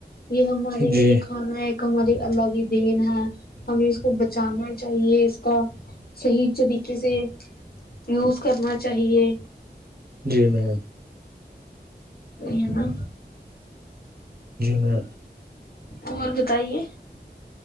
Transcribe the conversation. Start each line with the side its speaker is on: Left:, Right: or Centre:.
Left: یہ ہمارے لیے
Right: جی
Left: یہ کھانا ہے ہماری اللہ کی دین ہے ہمیں اس کو بچانا چاہیے اس کا صحیح طریقے سے یوز کرنا چاہیے
Right: جی میم
Left: وہ ہے ن
Right: میں
Left: اور بتائیے